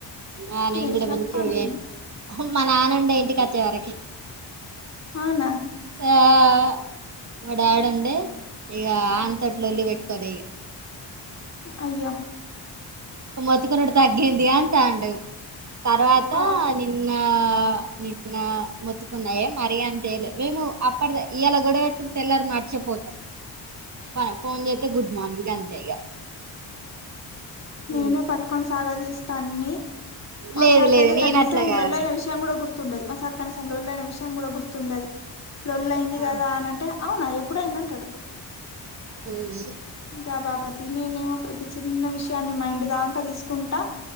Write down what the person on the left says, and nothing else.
తినేసిన
పండుకున్నా
అవునా
అయ్యో
పాపం
నేనే
పట్టుకొని సాగ తీస్తా అన్ని మా
సార్కి
అయితే
కనీసం
లొల్లి అయిన విష్ షయం కూడా గుర్తుండది మా సారి కనీసం లోళ్ళి అయిన విషయం కూడా గుర్తుండది లోళ్ళి అయింది
కదా అనంటే అవునా ఎప్పుడయింది అంటాడు
ఇంకా బాబతి నేనేమో ప్రతి చిన్న విషయాన్ని మైండ్ దాంకా తీసుకుంటా